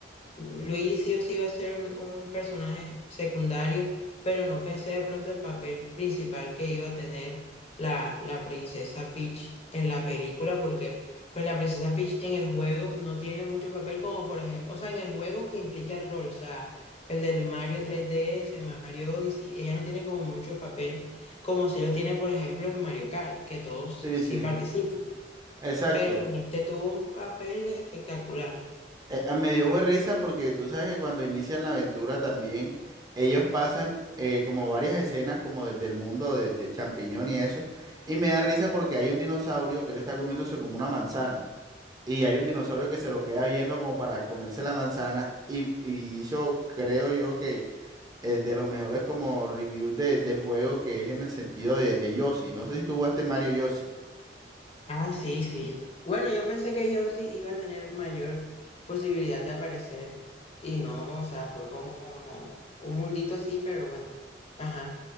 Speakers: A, on the left; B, on the right.
A: Luis sí o sí iba a ser un, un personaje secundario, pero no pensé de pronto el papel principal que iba a tener la, la princesa Peach en la película, porque pues, la princesa Peach en el juego no tiene mucho papel, como por ejemplo, o sea, en el juego que implica el rol, o sea, el del Mario 3DS, Mario Odyssey, ella no tiene como mucho papel, como si lo tiene, por ejemplo, en Mario Kart, que todos
B: Sí,
A: sí
B: sí.
A: participan,
B: Exacto.
A: pero en este tuvo un papel espectacular.
B: Eh, ah, me dio fue risa porque tú sabes que cuando inician la aventura también ellos pasan eh, como varias escenas como desde el mundo de, de champiñón y eso. Y me da risa porque hay un dinosaurio que le está comiéndose como una manzana. Y hay un dinosaurio que se lo queda viendo como para comerse la manzana. Y, y hizo, creo yo, que eh, de los mejores como reviews de- del juego que es en el sentido de, de Yoshi. No sé si tú jugaste Mario Yoshi.
A: Ah, sí, sí. Bueno, yo pensé que yo sí iba a tener mayor posibilidad de aparecer y no, o sea, fue como un mundito así, pero bueno, ajá.